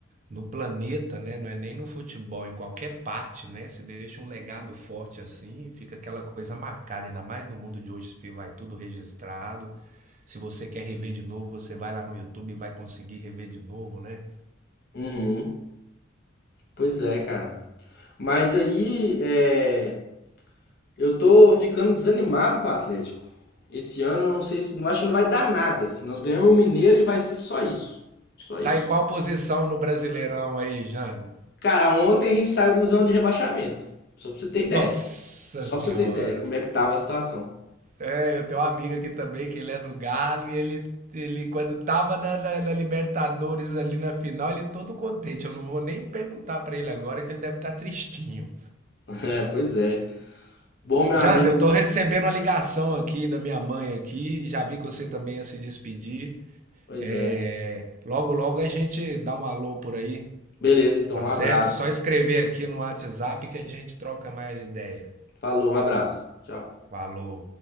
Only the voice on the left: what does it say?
Uhum. Pois é, cara. Mas aí, é, eu tô ficando desanimado com o Atlético. Esse ano eu não sei se, não acho que não vai dar nada. Se nós ganhamos o Mineiro e vai ser só isso. Só isso.
Cara, ontem a gente saiu do zona de rebaixamento. Só pra você ter ideia.
Só
pra você ter ideia, como é que tava a situação.
<laughs> É, pois é. Bom, meu
amigo.
Pois
é.
Beleza, então,
um
abraço.
Falou, um abraço. Tchau.